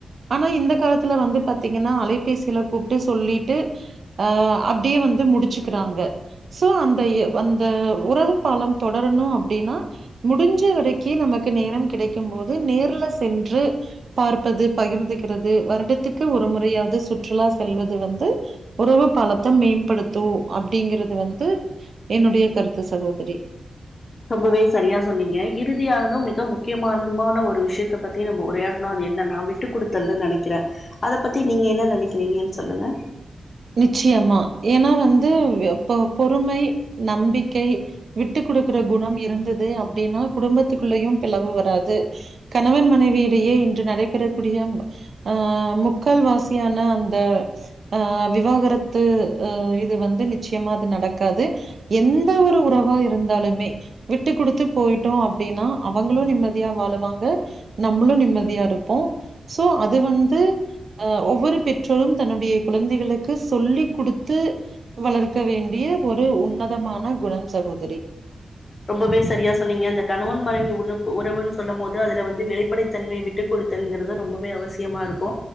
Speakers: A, on the right; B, on the left.
A: ஆனா இந்த காலத்துல வந்து பாத்தீங்கன்னா அலைபேசியில கூப்ட்டு சொல்லிட்டு அ அப்டியே வந்து முடிச்சுக்கிறாங்க சோ அந்த அந்த உறவு பாலம் தொடரணு அப்டின்னா முடிஞ்ச வரைக்கி நமக்கு நேரம் கிடைக்கும் போது நேர்ல சென்று பார்ப்பது பகிர்ந்துக்கிறது வருடத்துக்கு ஒரு முறையாவது சுற்றுலா செல்வது வந்து உறவு பாலத்தை மேம்படுத்து அப்படிங்கறது வந்து என்னுடைய கருத்து சகோதரி
B: ரொம்பவே சரியா சொன்னீங்க இறுதியானதும் மிக முக்கியமானதுமான ஒரு விஷயத்த பத்தி நம்ம உரையாடணு அது என்னன்னா வி ட்டு குடுத்தல்னு நெனைக்கிறே அத பத்தி நீங்க என்ன நெனைக்கிறீங்கன்னு சொல்லுங்க
A: நிச்சயமா ஏன்னா வந்து பொறுமை நம்பிக்கை விட்டு குடுக்குற குணம் இருந்தது அப்படினா குடும்பத்துக்குள்ளயு பிளவு வராது கணவன் மனைவியிடையே இன்று நடைபெறக் கூடிய அ முக்கால் வாசியான அந்த அ விக் விவாகரத்து அ இது வந்து நிச்சயமா அது நடக்காது எந்த ஒரு உறவா இருந்தாலுமே விட்டு குடுத்து போய்ட்டோ அப்டின்னா அவங்களு நிம்மதியா வாழுவாங்க நம்ளு நிம்மதியா இருப்போ சோ அது வந்து அ ஒவ்வொரு பெற்றோரும் தன்னுடைய குழந்தைகளுக் சொல்லி குடுத்து வளர்க்க வேண்டிய ஒரு உன்னதமான குணம் சகோதரி
B: ரொம்பவே சரியா சொன்னீங்க அந்த கணவன் மனைவி உலப்பு உறவுன் சொல்லும் போது அதுல வந்து வெளிப்படைத்தன்மை விட் விட்டு குடுத்தல்ங்கிறது ரொம்பவே அவசியமா இருக்கு